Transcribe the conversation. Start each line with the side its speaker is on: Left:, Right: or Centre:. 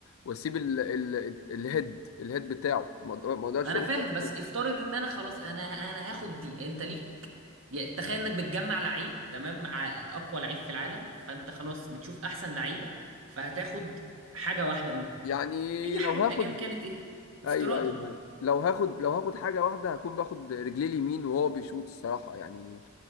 Left: وأسيب ال ال الهيد الهيد بتاعه ما أقدر- ما أقدرش
Right: انا
Left: أقول
Right: فاهم
Left: مثلا
Right: بس افترض ان انا خلاص انا انا هاخد دي انت ليك يعني تخيل انك بتجمع لعيب تمام مع اقوى لعيب في العالم فانت خلاص بتشوف احسن لعيبه فهتاخد حاجه واحده منه
Left: يعني
Right: اي
Left: لو
Right: حاجه
Left: هاخد
Right: ايا كانت ايه افتراضا
Left: ايوه ايوه
Right: يعني
Left: ايوه لو هاخد لو هاخد حاجه واحده هكون باخد رجليه اليمين وهو بيشوط الصراحه يعني